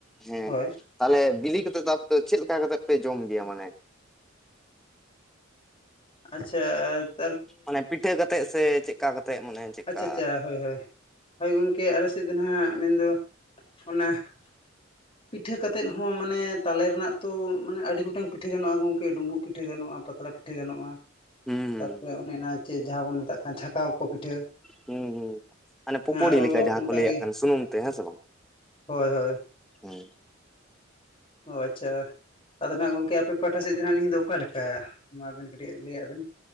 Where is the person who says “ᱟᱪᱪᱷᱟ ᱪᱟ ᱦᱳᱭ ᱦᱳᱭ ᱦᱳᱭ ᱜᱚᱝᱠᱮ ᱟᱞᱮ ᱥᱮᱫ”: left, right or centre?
Left